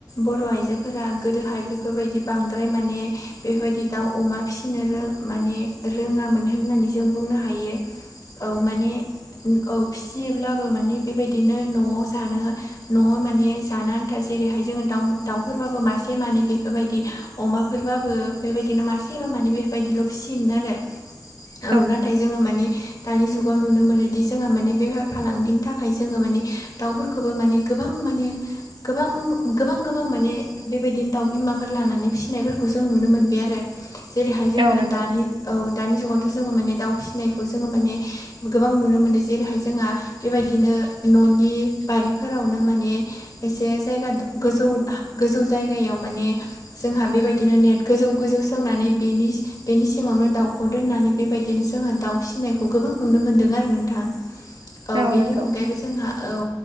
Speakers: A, on the left (about 55°); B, on the right (about 90°).
A: बर' आइजोफोरा गोदोहाय बेफोरबायदि बांद्राय माने बेफोरबायदि दाउ अमा फिसिनो रोङा माने रोङामोन होननानै जों बुंनो हायो
B: <inaudible>
A: औ माने औ फिसियोब्लाबो माने बेबायदिनो न'आव जानो न'आव माने जानो आनथा जेरैहाय जोंङो दाउ दाउफोरबाबो मासे मासे मानै बेफोरबायदि अमाफोरबाबो बेबायदिनो मासेबा मानै बेफोरबायदिल' फिसियोमोन आरो।
B: <inaudible>
A: औ नाथाय जोंङो माने दानि जुगाव नुनो मोनोदि जोंहा माने बेफार फालांगिनि थाखाय जोंङो माने दाउफोरखौबो माने गोबां माने गोबां गोबां गोबां माने बेबायदिनो दाउ बिमाफोर लानानै फिसिनायफोरखौ जों नुनो मोनबाय आरो जेरैहाय जोंहा
B: औ नंगौ
A: दानि औ दानि जुगावथ' जोङो माने दाउ फिसिनायखौ जोङो माने गोबां नुनो मोनो जेरैहाय जोंहा बेबायदिनो न'नि बारिफोरावनो माने एसे जायगा गोजौ गोजौ जायगायाव माने जोंहा बेबायदिनो नेट गोजौ गोजौ सोंनानै बेनि बेनि सिङावनो दाउखौ दोननानै बेबायदिनो जोंहा दाउ फिसिनायखौ गोबां नुनो मोनदों आरो नोंथां।
B: <inaudible>
A: औ बेनि
B: नंगौ
A: अनगायैबो जोंहा औ